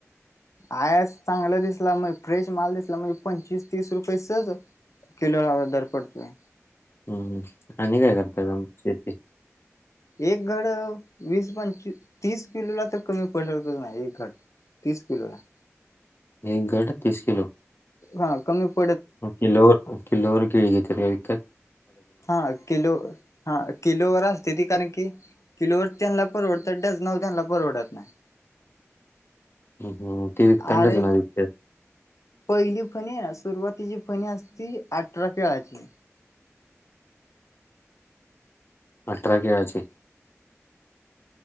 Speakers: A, on the left; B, on the left.
A: आयस,, चांगला दिसला मग, फ्रेश माल दिसला मग पंचवीस तीस रुपये सजऽऽ किलो लाव दर पडतोय.
B: हम्म आणि काय करतय का? शेतीऽ
A: एक घड वीस पं तीस किलो ला तर कमी, पड श ना एक घडऽऽ तीस किलोला,,
B: एक घड तीस किलो.
A: हा, कमीऽऽ
B: किलोवर, किलोवर केळी घेतली तरऽऽ
A: हा, किलो हा किलोवर असते ती कारण की किलोवर त्यांना परवडत, डजनावर त्यांना परवडत नाही.
B: हम्म, हम्म. ते विकताना
A: अरे,
B: डझनावर विकतात
A: पहिली पणी सुरुवात. तिची फणी असती, अठरा पिळाची.
B: अठरा केळंचे.